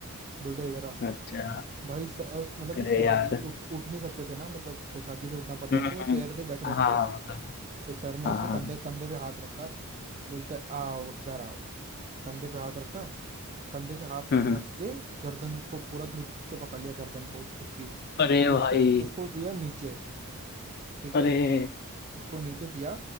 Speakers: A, on the right; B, on the left.
A: बोलता इधर आ
B: अच्छा
A: भाई सर, अ, मतलब कि
B: अरे
A: सर
B: यार
A: अभी उठ उठ नहीं सकते थे ना मतलब बैसाखी से उठना पड़ता
B: हाँ
A: था तो वो चेयर पे बैठे
B: हाँ
A: रहते थे
B: मतलब
A: तो सर ने
B: हाँ
A: उसके
B: हाँ
A: कंधे कंधे पे हाथ रखा बोलता है आओ इधर आओ कंधे पे हाथ रखा कंधे से हाथ
B: हाँ
A: रख के गर्दन को पूरा ग्रिप से पकड़ लिया गर्दन को उसकी
B: अरे
A: फिर
B: भाई
A: उसको उसको किया नीचे ठीक
B: अरे
A: है उसको नीचे किया